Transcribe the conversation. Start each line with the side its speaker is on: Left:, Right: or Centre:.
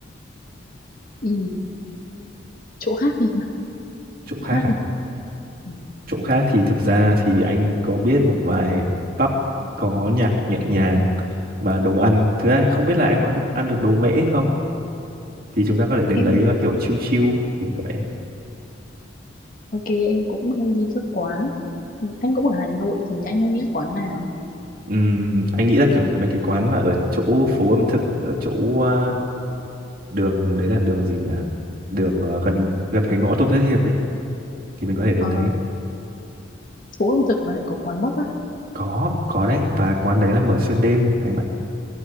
Left: ừ, chỗ khác đi
Right: Chỗ khác
Left: chỗ khác
Right: à?
Left: đi Ừ.
Right: Chỗ khác thì thực ra thì anh có biết một vài pub có nhạc nhẹ nhàng và đồ ăn. Thứ hai không biết là em có được ăn được đồ mễ không? Thì chúng ta có thể đến
Left: em
Right: đấy và kiểu chill chill kiểu vậy.
Left: ok em cũng hay đi các quán Ừ, anh cũng ở Hà Nội thì anh hay đi các quán nào
Right: Ừm, anh nghĩ là kiểu mấy cái quán mà ở chỗ phố ẩm thực ở chỗ à, đường đấy là đường gì nhỉ? Đường à, gần gần cái ngõ Tôn Thất Hiệp ấy thì mình có thể đến
Left: Ờ,
Right: đấy.
Left: phố ẩm thực mà lại có quán bắp á
Right: Có, có đấy và quán đấy là mở xuyên đêm em ạ.